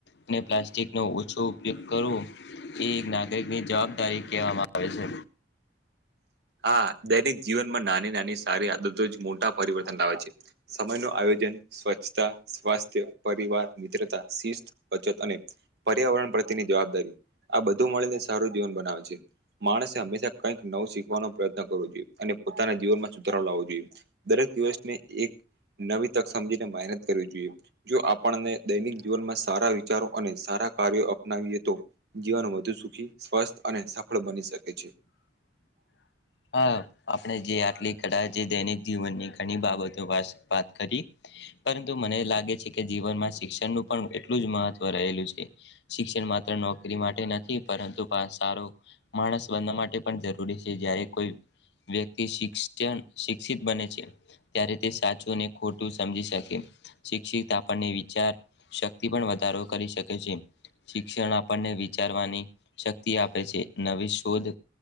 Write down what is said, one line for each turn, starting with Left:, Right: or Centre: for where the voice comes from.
Left: અને પ્લાસ્ટિક નો ઓછો ઉપયોગ કરવો એ એક નાગરિક ની જવાબદારી કહેવામાં આવે છે
Right: હા દૈનિક જીવનમાં નાની નાની સારી આદતો જ મોટા પરિવર્તન લાવે છે સમય ન આ સ્વચછતા સ્વાસ્થ્ય પરિવાર મિત્રતા શિસ્ત બચત અને પર્યાવરણ. પ્રની જવાબદારી આ બધું મળીને સારું જીવન બનાવે છે માણસે હંમેશા કંઈક નવું શીખ. પ્રયત્ન કરવો જોઈએ અને પોતાના જીવનમાં સુધારો લાવવો જોઈએ દરેક દિવસને એક. નવી તક સમજીને મહેનત કરવી જોઈએ જો આપણને દૈનિક જીવનમાં સારા વિચારો અને સારા. કાર્યો અપનાવીએ તો જીવન વધુ સુખી સ્વસ્થ અને સફળ બની શકે છે.
Left: હ <unintelligible> હા આપણે જે આટલી કદા જે દૈનિક જીવનની ઘણી બાબતો વાત કરી. પરંતુ મને લાગે છે કે જીવનમાં. શિક્ષણનુંું પણ એટલું જ મહત્વ રહેલું છે શિક્ષણ માત્ર નોકરી માટે નથી પરંતુ. સારો માણસ બનવા માટે પણ જરૂરી છે જયારે કોઈ. વ્યક્તિ શિક્ષણ શિક્ષિત બને છે ત્યારે તે સાચું અનેને ખોટું સમજી શકે. શિક્ષિત આપણને વિચાર શક્તિ પણ વધારો કરી શકે છે. શિક્ષણ આપણને વિચારવાની શક્તિ આપે છે નવી શોધ